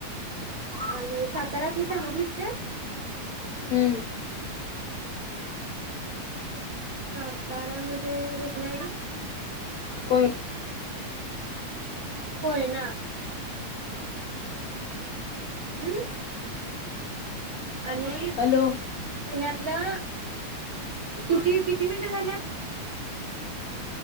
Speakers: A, on the right; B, on the left.
A: आणि साताऱ्यातलं सांगडलीस का
B: हम्म
A: साताऱ्यामध्ये कुठला आहे का
B: को
A: होय ना हम्म आणि
B: हॅलो
A: पुण्यातलं किती किती मिनिटं झाल्यात